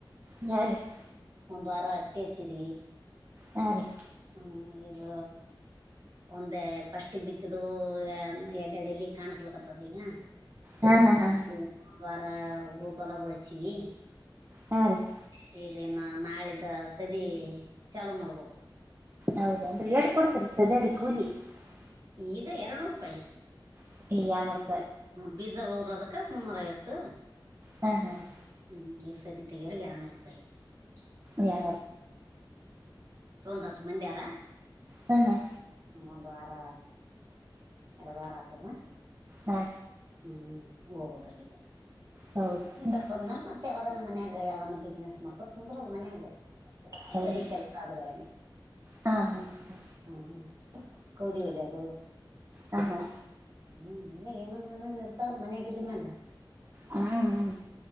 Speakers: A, on the right (about 30°); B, on the right (about 45°).
A: ನಾ ರೆ <inaudible>
B: ಒಂದ್ ವಾರ ಹತ್ತಿ ಹಚ್ಚಿದ
A: ಹಾ ರೀ <inaudible>
B: ಹ್ಮ ಇದು ಒಂದೇ ಫಸ್ಟಿಗೆ ಬಿತ್ತಿದ್ದ ಎಡ್ಡಲ್ಲಿ ಕಾಣಸ ಕಲ್ಕತದ ಈಗ <unintelligible>
A: ಹ್ಮ್ ಹ್ಮ್ ಹಾ
B: ಇದಕ್ಕೆ ಒಂದ್ ವಾರ ರೂಪಲ್ಲ ಕೊಡಚ್ಚಿಗೆ
A: ಹಾ ರೀ <inaudible>
B: <unintelligible> ಈಗ ಇನ್ನು ನಾಳಿದ್ದ ಸದ ಚಾಲು ಮಾಡ್ಬೇಕು
A: ಹೌದ ಅಂದ್ರೆ ಎೇಡ್ ಕೊಡ್ತಾರೆ ಸದರಿ ಕೂಲಿಿ <unintelligible> <inaudible>
B: ಈಗ ಎರನೂರು ರೂಪಾಯಿ
A: ನ <inaudible>
B: ಹ ಬೀಜ ಊರ ಅದಕ್ಕ ಮುನ್ನೂರ ಐತ್ತು
A: ಹ್ಮ್ ಹ್ಮ್ <inaudible>
B: ಹ್ಮ್ ಈ ಸದ ತಗರ ಇರನೂರು ರೂಪಾಯಿ <unintelligible>
A: ನ
B: ತತ್ತು ಮಂದಾರ
A: ಹಾ ಹಾ
B: ಒಂದು್ ವಾರ ಎರಡು ವಾರ ಆತದ
A: ಹಾ
B: ಹ್ಮ್ ಹೋಗಬಕ್ರಗ
A: ಹೌದು
B: ಈ ಕಡೆ ಬಂದ್ನಲ್ ಮತ್ತೆ ಯಾವಾಗ ನ ಮನ್ಯಾಗ ಯಾವನ ಬಿಸ್ನೆಸ್ ಮಾಡ್ಕೋತ್ ಕುಂದ್ರರು ಅದ ಮನ್ಯಾಗ
A: ಹೌದು
B: ಸರಿ ಕೆಲಸ ಆದಗಳೇನೆ
A: ಹಾ ಹಾ <inaudible>
B: ಹ್ಮ್ ಕೌದವಲ್ಲಬ
A: ಹಾ ಹಾ
B: ಹ್ಮ್ ಇವ ಏನ ಇರ್ತವಲ್ ಮನ್ಯಾಗಿದ್ಮೇಲ್
A: ಹ್ಮ್ ಹ್ಮ್